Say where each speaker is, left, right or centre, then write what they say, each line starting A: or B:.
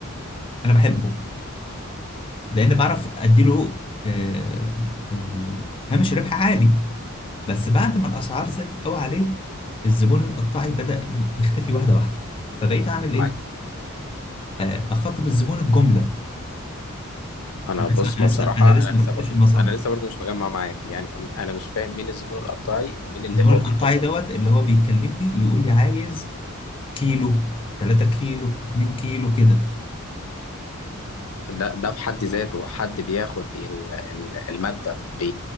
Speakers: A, on the left; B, on the left.
A: انا بحبه لان بعرف اديله آه، ال- هامش ربح عالي بس بعد ما الاسعار زادت قوي عليه الزبون القطاعي بدأ ي- يختفي واحده واحده فبقيت اعمل
B: معاك
A: ايه اخاطب الزبون الجمله
B: انا
A: انا
B: بص
A: لسه انا
B: ما بصراحه
A: لسه انا لسه
B: انا
A: ما
B: لسه
A: رحتش
B: برضو
A: المصانع
B: انا لسه برضو مش مجمع معاك يعني أم- انا مش فاهم مين الزبون القطاعي ومين اللي
A: بس بقول
B: هو
A: القطاعي
B: بالجمله
A: دوت اللي هو بيكلمني يقول لي عايز كيلو 3 كيلو 2 كيلو كده
B: ده ده في حد ذاته حد بياخد ال- ال- المادة بي